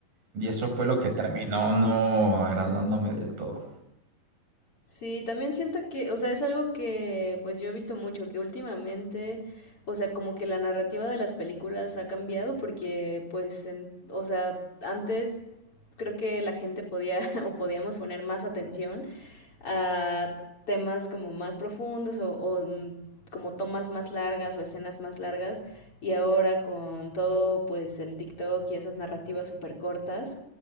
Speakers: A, on the right; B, on the left.
A: Y eso fue lo que terminó no agradándome del todo.
B: sí, también siento que, o sea, es algo que pues yo he visto mucho, que últimamente, o sea, como que la narrativa de las películas ha cambiado porque pues, en- o sea, antes creo que la gente podía <laughs> o podíamos poner más atención a temas como más profundos o, o mm, como tomas más largas o escenas más largas y ahora con todo pues el TikTok y esas narrativas súper cortas,